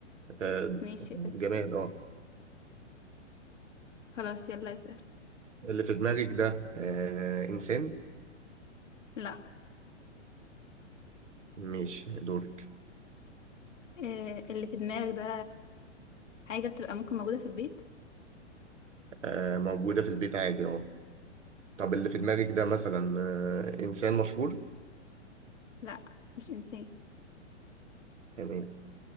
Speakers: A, on the right; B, on the left.
A: آه،
B: ماشي
A: جماد
B: اس-
A: اه
B: خلاص يلا اسأل
A: اللي في دماغك ده آه، انسان
B: لا
A: مش دورك
B: آه اللي في دماغك ده حاجة بتبقى ممكن موجودة في البيت
A: آه، موجودة في البيت عادي اه طب اللي في دماغك ده مثلا آه، انسان مشهور
B: لا مش إنسان
A: تمام